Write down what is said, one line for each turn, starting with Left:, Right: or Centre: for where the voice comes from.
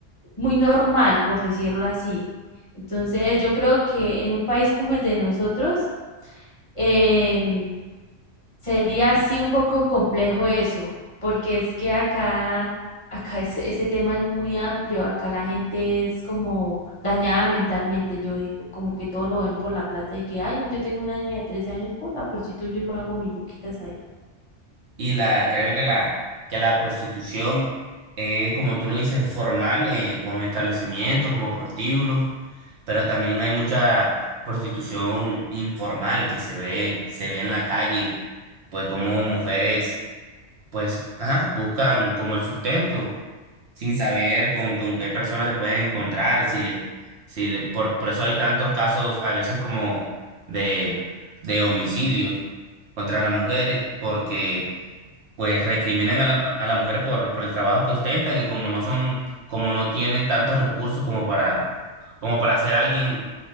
Left: muy normal, por decirlo así. Entonces, yo creo que en un país como el de nosotros, em, Sería así un poco complejo eso, porque es que acá, acá es- ese tema es muy amplio, acá la gente es como dañada mentalmente, yo digo, como que todo lo ven por la plata y que, ay, no, yo tengo una niña de 13 años, pum, la prostituyo y me hago mis luquitas ahí.
Right: Y la, créeme que la, que la prostitución es, como tú lo dices, formal, eh, con establecimientos, como prostíbulos, pero también hay mucha prostitución informal que se ve, se ve en la calle, pues como mujeres pues, ajá, buscan como el sustento, sin saber con, con qué personas se pueden encontrar, si le, si le, por, por eso hay tantos casos a veces como de, de homicidios contra las mujeres, porque pues recriminan a la, a la mujer por, por el trabajo que ostentan y como no son, como no tienen tantos recursos como para, como para ser alguien,